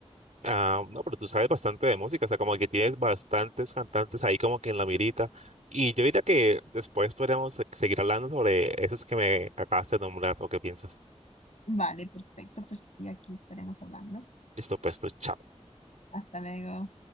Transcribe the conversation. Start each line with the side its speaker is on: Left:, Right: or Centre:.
Right: Ah, no, pero tú sabes bastante de música, o sea, como que tienes bastantes cantantes ahí como que en la mirita. Y yo diría que después podríamos se- seguir hablando sobre esos que me acabaste de nombrar o qué piensas.
Left: Vale, perfecto, pues y aquí estaremos hablando.
Right: Listo, pues, tú, chao.
Left: Hasta luego.